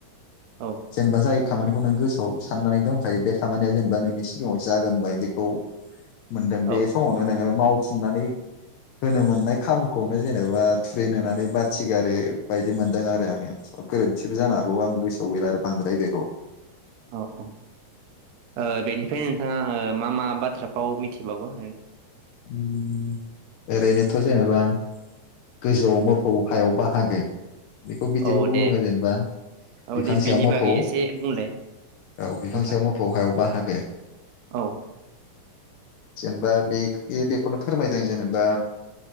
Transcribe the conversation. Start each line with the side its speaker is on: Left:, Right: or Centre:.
Right: औ
Left: जेनबा जाय खामानिखौ नों गोसोआव सान्नानै दंखायो बे खामानिया जेनबा नोंनि सिगाङाव जागोन बायदिखौ मोनदों
Right: औ
Left: बे समावनो नोङो माव थिनानै होनो मोन्नाय खाबुखौनो जेनेबा थुरि नुनानै बाथि गारो बायदि मोनदों आरो <unintelligible> गोरोन्थिबो जानो हागौ आं गोसोआव गैला आरो बांद्राय बेखौ ।
Right: औ औ ओ बेनिफ्राय नोंथाङा ओ मा मा बाथ्राफाव मिथिबावो?
Left: उम ओरैनोथ' जेनेबा गोजौआव मोफौ हायाव बाहागो बेखौ बिदिबो
Right: औ
Left: बुुङो
Right: दे
Left: जेनेबा
Right: औ
Left: बिफां
Right: दे बिनि
Left: सायाव मोफौ
Right: बागै
Left: औ
Right: एसे बुंलाय
Left: बिफां
Right: नोंथां
Left: सायाव मोफौ हायाव बाहाग <unintelligible>
Right: औ।
Left: जेनेबा बे बेखौनो फोरमायदों जेनेबा